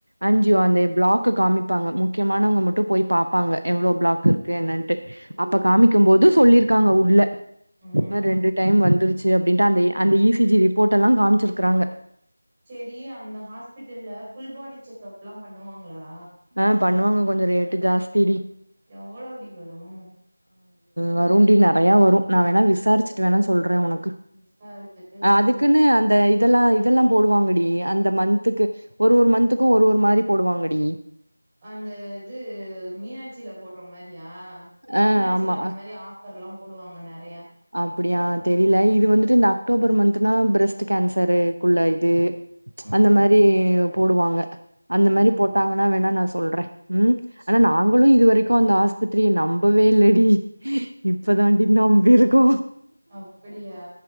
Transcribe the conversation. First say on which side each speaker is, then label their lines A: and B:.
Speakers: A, on the right (about 70°); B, on the right (about 15°).
A: ஆஞ்சியோ
B: ஆ
A: அந்த பிளாக்காமி இருப்பாங்க முக்கியமானவங்க மட்டும் போய் பாப்பாங்க எவ்வளோ பிளாக் இருக்கு என்னட்டு
B: ஓ
A: அப்ப காமிக்கும் போது சொல்லிரு இருக்காங்க உள்ள
B: ம்
A: நாரெண்டு டைம் வந்துரு அப்படின் அந்த அந்த இசிஜி ரிப்போர்ட் எல்லாம் காமிச்சிருக்கறாங்க
B: செரி அந்த ஹாஸ்பிட்டல்ல புல் பாடி செக்ப் எல்லாம் பண்ணுவாங்க ங்களா
A: ஆ பண்ணுவாங்க கொஞ்சம் ரேட்டு ஜாஸ்திடி
B: எவ்வளவு டி வரும்
A: வரும்ண்டி நெறையா வரும் நான் வேணா விசாரிச்சிட்டு வேணா சொல்றேன் உனக்கு
B: விசாரிச்சுட்டு சொல்லுடி
A: அதுக்குன்னு அந்த இதெல்லாம் இதெல்லாம் போடுவாங்கடி அந்த மந்த்துக்கு ஒரு ஒரு மந்த்துக்கும் ஒரு ஒரு மாரி போடுவாங்கடி
B: அந்த இது மீனாட்சியில போட் மாரியா
A: ஆ
B: மீனாட்சியில
A: ஆமா
B: அந்த மாரி ஆஃபர் எல்லாம் போடுவாங்க நறையா
A: அப்டியா தெரில இது வந்துட்டு இந்த அக்டோபர் மந்த்னா பிர பிரஸ்ட் கேன்சர்குள்ள இது
B: ம்
A: அந்த மாரி போடுவாங்க அந்த
B: ம்
A: மாரி போட்டாங்கன்னா வேணா நான் சொல்றேன் உம்
B: சேரி
A: ஆனா நாங்களும் இதுவரைக்கும் எதுக்கும் அந்த ஆஸ்பத்திரிய நம்பவே இல்லடி இப்பதாண்டி நம்பி இருக்
B: அப்டியா